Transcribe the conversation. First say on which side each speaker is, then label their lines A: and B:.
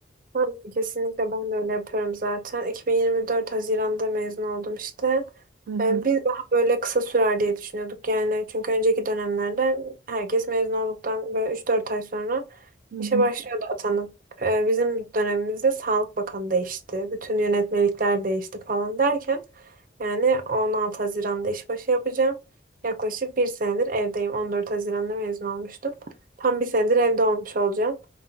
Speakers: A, on the right; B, on the right.
A: Aynen, Kesinlikle ben de öyle yapıyorum zaten. 2024 Haziran'da mezun oldum işte.
B: Hı hı,
A: Ee, Biz daha böyle kısa sürer diye düşünüyorduk yani. Çünkü önceki dönemlerde herkes mezun olduktan böyle 3-4 ay sonra
B: hı
A: işe
B: hı,
A: başlıyordu atanıp. Ee, Bizim dönemimizde Sağlık Bakanı değişti. Bütün yönetmelikler değişti falan derken yani 16 Haziran'da işbaşı yapacağım. Yaklaşık bir senedir evdeyim. 14 Haziran'da mezun olmuştum. Tam bir senedir evde olmuş olacağım.